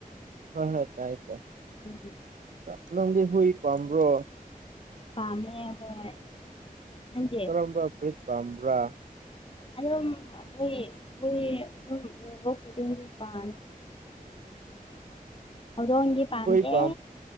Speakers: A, on the right (about 65°); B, on the left (about 35°).
A: ꯍꯣꯏ ꯍꯣꯏ ꯇꯥꯏꯌꯦ ꯇꯥꯏ
B: ꯎꯝ
A: ꯇꯞ ꯅꯪꯗꯤ ꯍꯨꯏ ꯄꯝꯕꯔꯣ
B: ꯄꯥꯝꯃꯦ ꯍꯣꯏ ꯅꯪꯗꯤ
A: ꯀꯔꯝꯕ ꯕꯔ꯭ꯤꯠ ꯄꯥꯝꯕ꯭ꯔꯥ
B: ꯑꯗꯨꯝ <unintelligible> ꯎꯕ ꯈꯨꯗꯤꯡ ꯄꯥꯝꯃꯦ ꯍꯧꯗꯣꯟꯗꯤ ꯄꯥꯟꯗꯦ
A: ꯍꯨꯏ ꯄꯥꯝ